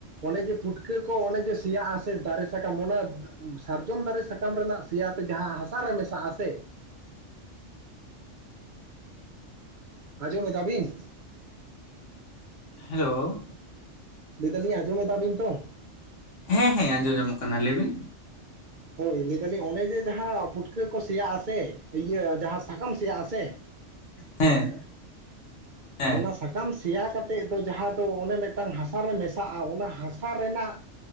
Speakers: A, on the right; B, on the left.
A: ᱚᱱᱮ ᱡᱮ ᱯᱩᱴᱠᱟᱹ ᱠᱚ ᱚᱱᱮ ᱡᱮ, ᱥᱮᱭᱟᱜ-ᱟ ᱥᱮ ᱫᱟᱨᱮ ᱥᱟᱠᱟᱢ ᱚᱱᱟ ᱥᱟᱨᱡᱚᱢ ᱫᱟᱨᱮ ᱥᱟᱠᱟᱢ ᱨᱮᱱᱟᱜ ᱥᱮᱭᱟᱛᱮ ᱡᱟᱦᱟᱸ ᱦᱟᱥᱟᱨᱮ ᱢᱮᱥᱟᱜ-ᱟ ᱥᱮ ᱟᱸᱡᱚᱢ ᱮᱫᱟᱵᱤᱱ?
B: ᱦᱮᱞᱳ?
A: ᱞᱟᱹᱭ ᱫᱟᱹᱞᱤᱧ ᱟᱸᱡᱚᱢᱮᱫᱟ ᱵᱤᱱ ᱛᱚ?
B: ᱦᱮᱸ ᱦᱮᱸ, ᱟᱸᱡᱚᱢ ᱧᱟᱢᱟᱝ ᱠᱟᱱᱟ ᱾ᱞᱟᱹᱭ ᱵᱤᱱ?
A: ᱦᱳᱭ, ᱞᱟᱹᱭ ᱫᱟᱹᱞᱤᱧ ᱚᱱᱮ ᱡᱮ, ᱡᱟᱦᱟᱸ ᱯᱩᱴᱠᱟᱹ ᱠᱚ ᱥᱮᱭᱟᱜ ᱟᱥᱮ ᱤᱭᱟᱹ ᱡᱟᱦᱟᱸ ᱥᱟᱠᱟᱢ ᱥᱮᱭᱟᱜ ᱟᱥᱮ
B: ᱦᱮᱸ᱾ ᱦᱮᱸ
A: ᱚᱱᱟ ᱥᱟᱠᱟᱢ ᱥᱮᱭᱟ ᱠᱟᱛᱮ ᱫᱚ ᱡᱟᱦᱟᱸ ᱫᱚ ᱚᱱᱮ ᱢᱤᱫᱴᱟᱝ ᱦᱟᱥᱟᱨᱮ ᱢᱮᱥᱟᱜ-ᱟ, ᱚᱱᱟ ᱦᱟᱥᱟ ᱨᱮᱱᱟᱜ